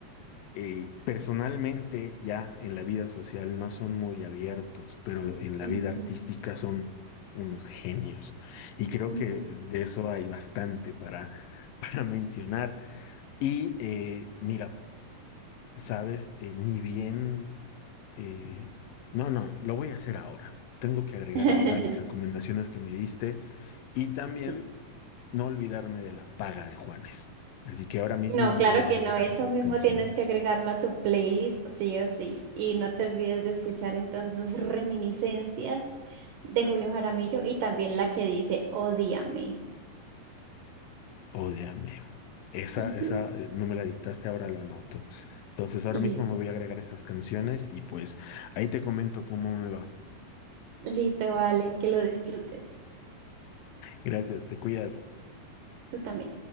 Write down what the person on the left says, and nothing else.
eh, personalmente ya en la vida social no son muy abiertos, pero en la
vida artística son unos genios. Y creo
que de eso hay bastante para, <laughs> para mencionar. Y eh, mira. ¿sabes? Eh, ni bien... eh, no, no, lo voy a hacer ahora. Tengo que agregar
ahora las recomendaciones que me diste y también
no olvidarme de la paga de Juanes. Así que ahora mismo
me
voy
a agregar
esas
canciones.
Ódeame. Esa,
esa, eh, no me la dictaste, ahora la anoto. Entonces ahora
mismo me voy a agregar esas canciones y pues ahí te comento cómo me va.
Gracias, te cuidas.